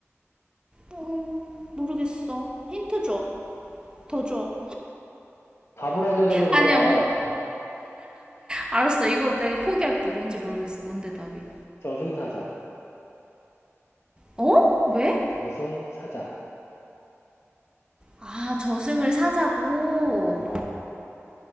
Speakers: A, on the right (about 20°); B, on the left (about 60°).
A: 음, 모르겠어. 힌트 줘. 더 줘.
B: 답을 알려달라 그래라.
A: 아니야, 뭐,
B: <laughs>
A: 알았어. 이거 내가 포기할게. 뭔지 모르겠어. 뭔데 답이.
B: 저승사자.
A: 어? 왜?
B: 저승사자.
A: 아, 저승을 사자고.
B: 어,